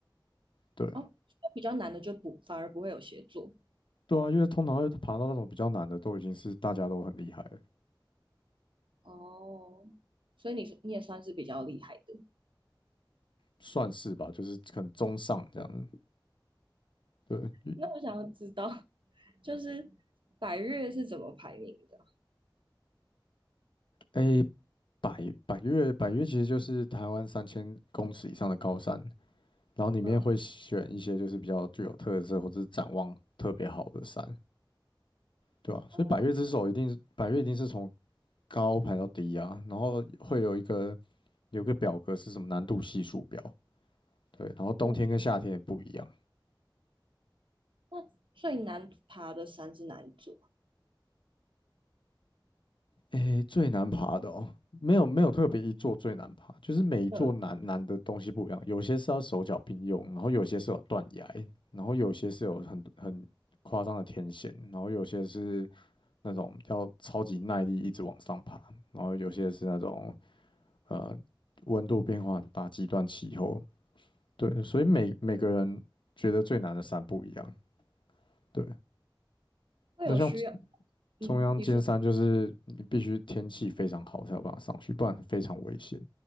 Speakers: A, on the left; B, on the right.
A: 对，
B: 哦。所以比较难的就不反而不会有协作
A: 对啊，因为通常会爬到那种比较难的，都已经是大家都很厉害了，
B: 哦，所以你是你也算是比较厉害的。
A: 算是吧，就是可能中上这样子。对，因
B: 那我想要知道，<laughs> 就是百越是怎么排名的？
A: 诶，百百越百越其实就是台湾三千公尺以上的高山，然后里面会选一些就是比较具有特色或者是展望特别好的山。
B: 嗯，
A: 对啊，所以百越之首一定是百越一定是从
B: 哦，
A: 高排到低啊，然后会有一个有一个表格是什么难度系数表，对，然后冬天跟夏天也不一样。
B: 嗯那最难爬的山是哪一座啊？
A: 诶，最难爬的哦，没有没有特别一座最难爬，就是每一座难难的东西不一样，
B: 嗯，
A: 有些是要手脚并用，然后有些是有断崖，然后有些是有很很夸张的天险，然后有些是那种要超级耐力一直往上爬，然后有些是那种呃温度变化很大，极端气候。对，所以每每个人觉得最难的山不一样。对，
B: 会有需要，
A: 那像中
B: 嗯，
A: 中央尖山，
B: 你说，
A: 就是你必须天气非常好才有办法上去，不然非常危险。